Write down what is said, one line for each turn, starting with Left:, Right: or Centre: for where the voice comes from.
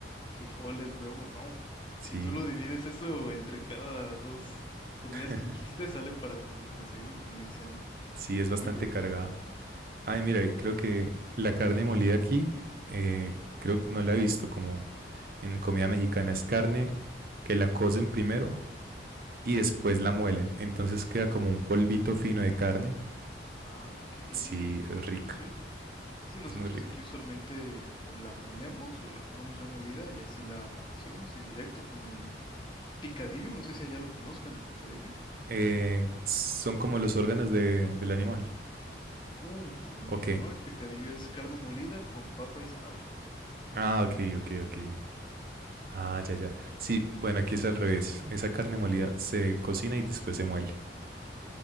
Left: frijoles, huevo. No,
Right: sí.
Left: si tú lo divides eso entre cada dos comidas
Right: <laughs>
Left: que dijiste, sale para com- desayuno, comida y cena.
Right: Sí, es
Left: Pero
Right: bastante
Left: mira, qué
Right: cargada.
Left: interesante.
Right: Ay, mira, y creo que la carne molida aquí, eh, creo que no la he visto como en la comida mexicana. Es carne que la cocen primero y después la muelen. Entonces queda como un polvito fino de carne.
Left: Ah, ok.
Right: Sí, es
Left: Sí,
Right: rica,
Left: sí, sí. Si nosotros
Right: es muy rica.
Left: aquí usualmente o la molemos o la compramos ya molida y así la, la cocemos y directo con el picadillo, no sé si allá lo conozcan, el picadillo.
Right: Eh, son como los órganos de, del animal.
Left: Uy, no, no,
Right: ¿O
Left: no,
Right: qué?
Left: no, no, el picadillo es carne molida con papa y zanahoria.
Right: Ah, ok, ok, ok. Ah, ya, ya. Sí, bueno, aquí es al revés. Esa carne molida se cocina y después se muele.